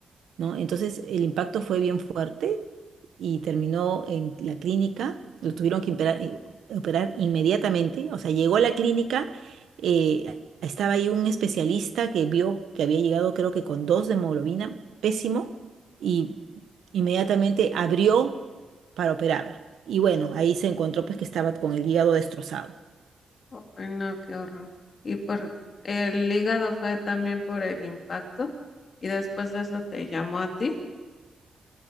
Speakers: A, on the right; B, on the left.
A: ¿no? Entonces el impacto fue bien fuerte y terminó en la clínica, lo tuvieron que impera- eh, operar inmediatamente, o sea, llegó a la clínica, eh, estaba ahí un especialista que vio que había llegado creo que con dos de hemoglobina, pésimo, y inmediatamente abrió para operarlo. Y bueno, ahí se encontró pues que estaba con el hígado destrozado.
B: Oh, no, qué horror. ¿Y por el hígado fue también por el impacto? ¿Y después de eso te llamó a ti?